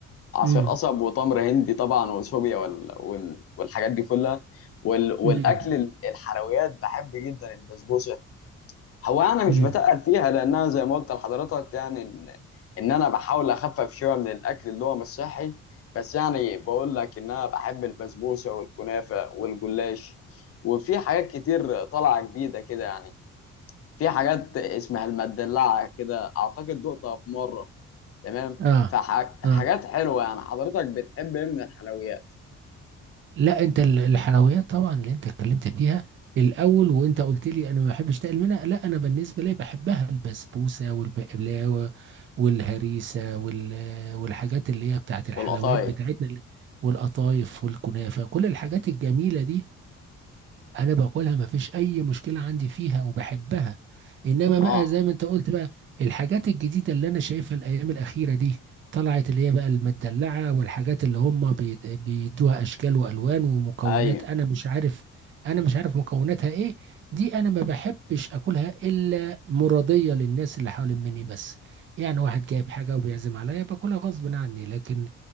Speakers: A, on the left; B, on the right.
A: عسل
B: امم
A: قصب وتمر هندي طبعا وشوبيا وال... وال... والحاجات دي كلها وال... والاكل
B: امم
A: ال- الحلويات بحب جدا البسبوسه هو انا مش
B: امم.
A: بتقل فيها لانها زي ما قلت لحضرتك يعني ان ان انا بحاول اخفف شويه من الاكل اللي هو مش صحي بس يعني بقول لك ان انا بحب البسبوسه والكنافه والجلاش وفي حاجات كتير طالعه جديده كده يعني في حاجات اسمها المدلعه كده اعتقد دقتها في مره تمام
B: اه
A: فحاجات
B: اه
A: حلوه يعني حضرتك بتحب ايه من الحلويات
B: لا انت ال- الحلويات طبعا اللي انت اتكلمت فيها الاول وانت قلت لي انا ما بحبش تقل منها لا انا بالنسبه لي بحبها البسبوسه والبقلاوه والهريسه وال... والحاجات اللي هي بتاعت الحلويات
A: والقطايف
B: بتاعتنا اللي- والقطايف والكنافه كل الحاجات الجميله دي انا باكلها مفيش اي مشكله عندي فيها وبحبها انما
A: اه
B: بقى زي ما انت قلت بقى الحاجات الجديده اللي انا شايفها الايام الاخيره دي طلعت اللي هي بقى المدلعه والحاجات اللي هم بي- بيدوها اشكال والوان ومكونات
A: ايوه
B: انا مش عارف انا مش عارف مكوناتها ايه دي انا ما بحبش اكلها الا مرضيه للناس اللي حوالين مني بس يعني واحد جايب حاجه وبيعزم عليا باكلها غصب عني لكن